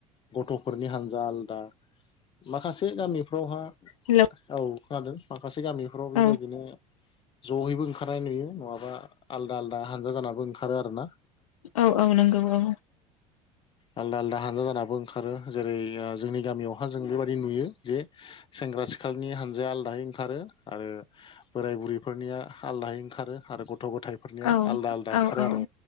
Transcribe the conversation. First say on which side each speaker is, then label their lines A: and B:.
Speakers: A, on the left; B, on the left.
A: गथ'फोरनि हानजा आलदा माखासे गामिफ्रावहा
B: हेलौ
A: औ खोनादों माखासे गामिफ्राव बेबायदिनो
B: औ
A: जहैबो ओंखारनाय नुयो नङाबा आलदा आलदा हानजा जानाबो ओंखारो आरो ना।
B: औ औ नोंगौ औ।
A: आलदा आलदा हानजा जान नाबो ओंखारो जेरै ओ जोंनि गामियावहा जों बेबायदि नुयो जे सेंग्रा सिखालनि हानजाया आलदाहाय ओंखारो आरो बोराय बुरैफोरनिया हालदाहाय ओंखारो आरो गथ थ' गथायफोरनिया
B: औ
A: आलदा आलदा
B: औ
A: ओंखारो
B: औ
A: आरो